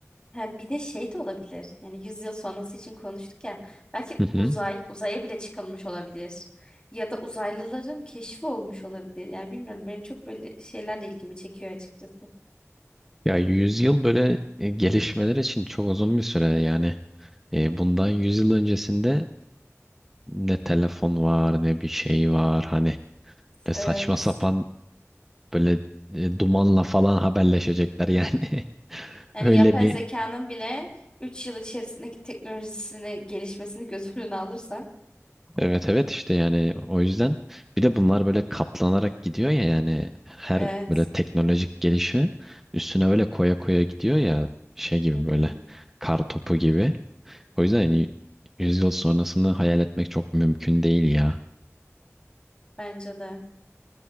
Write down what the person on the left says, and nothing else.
Ha, bir de şey de olabilir. Yani 100 yıl sonrası için konuştuk ya. Belki
uzay, uzaya bile çıkılmış olabilir. Ya da uzaylıların keşfi olmuş olabilir. Yani bilmiyorum benim çok böyle şeyler de ilgimi çekiyor açıkçası.
Evet.
Yani
yapay
zekanın bile 3 yıl içerisindeki teknolojisini gelişmesini göz <laughs> önüne alırsan.
Evet.
Hı
hı.
Bence de.